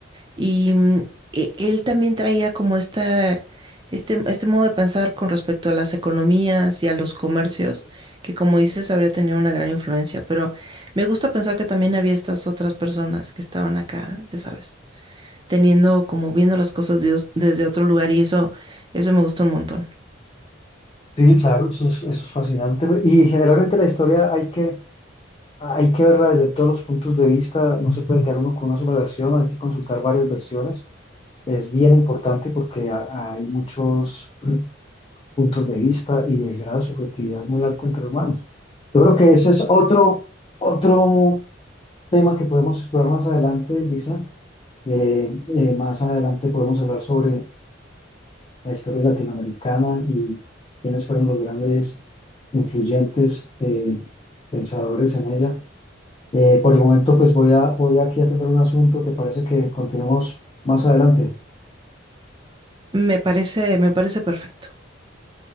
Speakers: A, on the right (about 25°); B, on the left (about 25°).
A: Y mm, e- él también traía como esta, este, este modo de pensar con respecto a las economías y a los comercios, que como dices, habría tenido una gran influencia. Pero me gusta pensar que también había estas otras personas que estaban acá, ya sabes, teniendo como viendo las cosas de os- desde otro lugar y eso, eso me gustó un montón.
B: Sí, claro, eso es, eso es fascinante. Y generalmente la historia hay que, hay que verla desde todos los puntos de vista, no se puede quedar uno con una sola versión, hay que consultar varias versiones. Es bien importante porque ha- hay muchos puntos de vista y el grado de subjetividad es muy alto entre humanos. Yo creo que ese es otro, otro tema que podemos explorar más adelante, Lisa. Eh, eh, más adelante podemos hablar sobre la historia latinoamericana y quiénes fueron los grandes influyentes eh, pensadores en ella. Eh, por el momento, pues voy a, voy aquí a atender un asunto. ¿Te parece que continuemos más adelante?
A: Me parece, me parece perfecto.